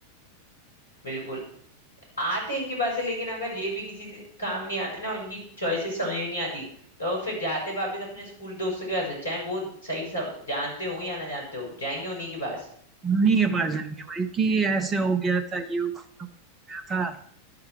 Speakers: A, on the left (about 80°); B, on the right (about 20°).
A: बिल्कुल आते इनके पास है लेकिन अगर ये भी किसी दि- काम नहीं आते ना इनकी चॉइसेस समझ में नहीं आती तो वो फिर जाते वापस अपने स्कूल दोस्तों के पास है चाहे वो सही सब जानते हो या ना जानते हो जाएंगे उन्हीं के पास
B: उन्हीं के पास जाएंगे भाई कि ऐसे हो गया था ये हो गया था, वो हो गया था